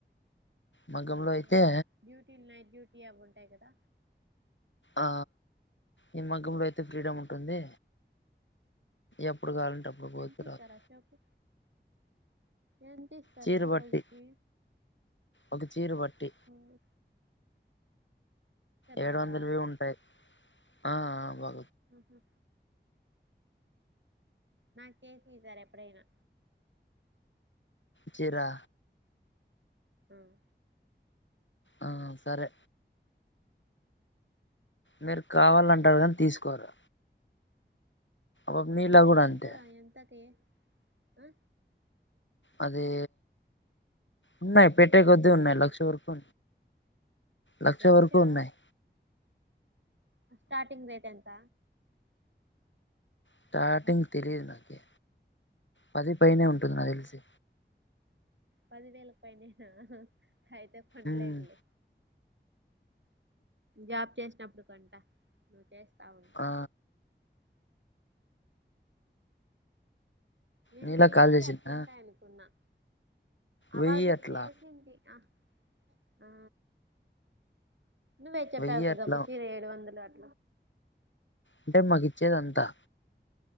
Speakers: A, on the left; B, on the right.
A: మగ్గంలో
B: ఆ
A: అయితే
B: డ్యూటీలు నైట్ డ్యూటీ అవి ఉంటాయి కదా
A: ఆ ఈ మగ్గం లో ఐతే ఫ్రీడమ్ ఉంటుంది ఎప్పుడు కావాలంటే అప్పుడు పోతు
B: ఎంత ఇస్తారు
A: రాదు
B: అశోక్ ఎంత ఇస్తారు
A: చీర బట్టి
B: రోజుకి
A: ఒక చీర బట్టి
B: ఉమ్
A: ఏడు
B: బాగా
A: వందలువి ఉంటాయి ఆ ఆ బా
B: ఉహూ నాకు నేసి ఈ సారి ఎప్పుడైనా
A: చీరా
B: ఉమ్
A: ఆ సరే మీరు కావాలంటారు కాని తీసుకోరు ఆబ్ నీలా
B: ఆ,
A: గూడా
B: ఎంతగా
A: అంతే
B: ఎంతకి ఆ
A: అదే ఉన్నాయి
B: నువ్వు
A: పెట్టే
B: చెప్పు
A: కొద్దీ ఉన్నాయి లక్ష వరకు లక్ష
B: లక్ష్యా
A: వరకు ఉన్నాయి
B: ఆ స్టార్టింగ్ రేట్ ఎంత
A: స్టార్టింగ్ తెలీదు నాకి పది పైనే ఉంటుంది నాకి తెలిసి
B: పదివేలకి పైనే నా అయితే కొనలేం
A: ఉమ్,
B: లే జాబ్ చేసినప్పుడు కంట నువ్వు చేస్తావు
A: ఆ
B: నేను
A: నీలా
B: వెయ్య
A: కాల్ చేసిందా
B: అట్లుంటాయి అనుకున్నా ఆ
A: వెయ్యి
B: పాపకు
A: అట్లా
B: చేసింటి ఆ ఆ నువ్వే చెప్పావ్
A: వెయ్యి
B: కదా
A: అట్లా
B: ఒక చీర ఏడు వందలు అని
A: అంటే మాకు ఇచ్చేది అంతా